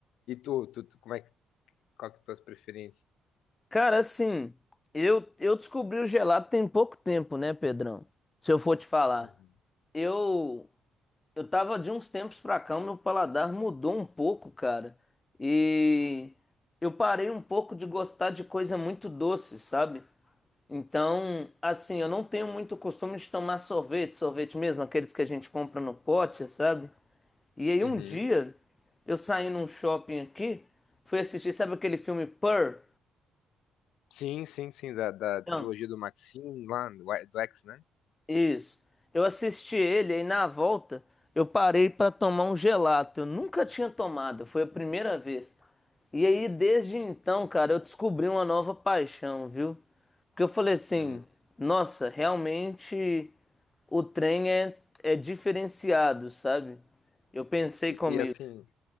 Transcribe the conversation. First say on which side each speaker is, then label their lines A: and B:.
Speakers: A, on the left; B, on the left.
A: E tu, tu, tu como é que, qual que é a tua preferência?
B: Cara, assim, eu, eu descobri o gelato tem pouco tempo, né, Pedrão? Se eu for te falar.
A: Uhum.
B: Eu, eu tava de uns tempos pra cá, o meu paladar mudou um pouco, cara. E eu parei um pouco de gostar de coisa muito doce, sabe? Então, assim, eu não tenho muito costume de tomar sorvete, sorvete mesmo, aqueles que a gente compra no pote, sabe? E aí
A: Uhum.
B: um dia eu saí num shopping aqui, fui assistir, sabe aquele filme Purr?
A: Sim, sim, sim, da, da trilogia
B: Não,
A: do Maxine lá, do do X, né?
B: isso. Eu assisti ele e na volta eu parei pra tomar um gelato. Eu nunca tinha tomado, foi a primeira vez. E aí desde então, cara, eu descobri uma nova paixão, viu? Porque eu falei assim,
A: Hum.
B: nossa, realmente o trem é, é diferenciado, sabe? Eu pensei
A: E,
B: comigo.
A: e, assim,